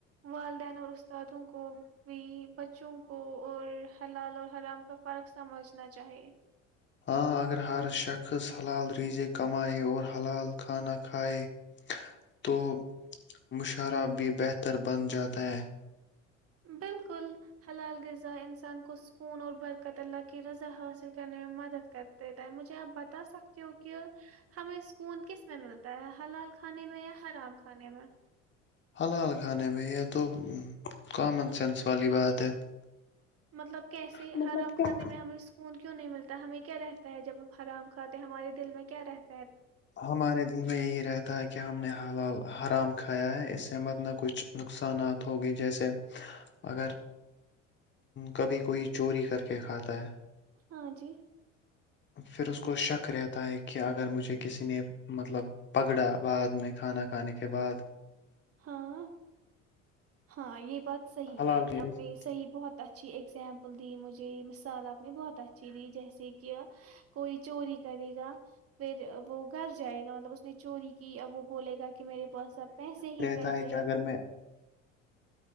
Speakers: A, on the right; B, on the left.
A: والدین اور استادوں کو بھی بچوں کو اور حلال اور حرام کا فرق سمجھنا چاہیے
B: ہاں اگر ہر شخص حلال ریزے کمائے اور حلال کھانا کھائے تو مشرہ بھی بہتر بن جاتا ہے
A: بالکل حلال غذا انسان کو سکون اور برکت اللہ کی رضا حاصل کرنے میں مدد کرتے تھے مجھے آپ بتا سکتے ہو کہ ہمیں سکون کس میں ملتا ہے حلال کھانے میں یا حرام کھانے میں
B: حلال کھانے میں یہ تو کامن سینس والی بات ہے
A: مطلب کیسے
B: مطلب
A: حرام کھانے
B: کیا
A: میں ہمیں سکون کیوں نہیں ملتا ہمیں کیا رہتا ہے جب ہم حرام کھے ہمے دل میں کیا رہتے
B: ہمارے دل میں یہی رہتا ہے کہ کیا ہم نے حال حال حرام کھایا ہے اس سے مت نہ کچھ نقصانات ہوگی جیسے اگر کبھی کوئی چوری کر کے کھاتا ہے
A: ہاں جی
B: پھر اس کو شک رہتا ہے کہ اگر مجھے کسی نے مطلب پگڑا بعد میں کھانا کھانے کے بعد
A: ہاں ہاں یہ بہت صحیح
B: حلال
A: ہے
B: رزق-
A: اپنے صحی بہت اچھ اچھی اگزامپل دی مجھے مثال آپ نے بہت اچھی دی جیسے کہ کوئی چوری کرے گا پھر وہ گھر جائے گا مطلب اس نے چوری کی ا وہ بولے گا کہ میرے پاس اب پیسے ہی پیسے
B: تا ہے کہ
A: ہیں
B: اگر میں